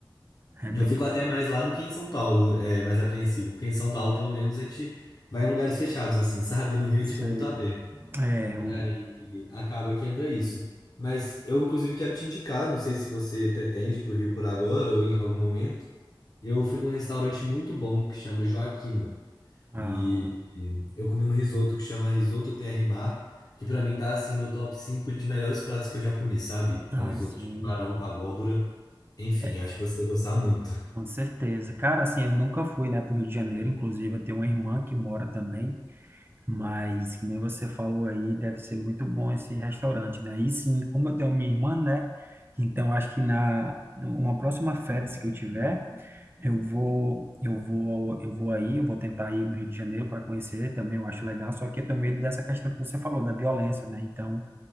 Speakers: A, on the right; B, on the left.
A: é
B: Eu
A: bem
B: fico até mais lá do que em São Paulo, é, mais apreensivo. Porque em São Paulo, pelo menos, a gente vai em lugares fechados, assim, <laughs> sabe? No Rio a
A: isso
B: gente fica muito
A: aí.
B: aberto.
A: É,
B: E
A: o,
B: aí acaba que entra isso. Mas eu, inclusive, quero te indicar, não sei se você pretende para o Rio por agora ou em algum momento. Eu fui num restaurante muito bom que chama Joaquina.
A: ah,
B: E, e eu comi um risoto que chama Risoto Terra e Mar, que pra mim tá assim no top 5 de melhores pratos que eu já comi, sabe?
A: ah,
B: É um risoto
A: sim.
B: de camarão com abóbora. Enfim,
A: É,
B: acho que você ia gostar muito.
A: com certeza. Cara, assim, eu nunca fui, né, pro Rio de Janeiro. Inclusive, eu tenho uma irmã que mora também. Mas, que nem você falou aí, deve ser muito bom esse restaurante, né? E sim, como eu tenho minha irmã, né? Então, acho que na uma próxima férias que eu tiver. Eu vou, eu vou, ao- eu vou aí, eu vou tentar ir no Rio de Janeiro para conhecer também, eu acho legal, só que eu tenho medo dessa questão que você falou, da violência, né? Então,